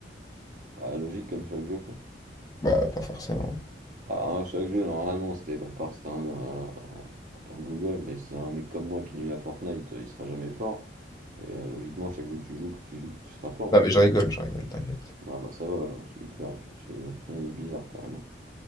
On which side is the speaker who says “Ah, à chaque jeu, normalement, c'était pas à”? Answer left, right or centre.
Right